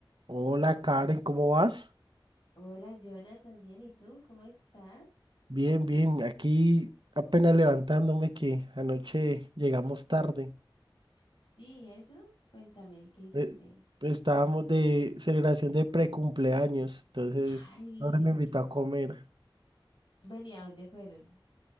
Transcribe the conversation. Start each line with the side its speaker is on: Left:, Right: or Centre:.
Right: Hola Karen, ¿cómo vas?
Left: Hola, Jonah, también. ¿Y tú? ¿Cómo estás?
Right: Bien, bien, aquí apenas levantándome que anoche llegamos tarde.
Left: Sí, eso. Cuéntame, ¿qué hiciste?
Right: Eh, Estábamos de celebración de precumpleaños, entonces
Left: Ay,
Right: ahora me invitó a comer.
Left: venía, ¿dónde fueron?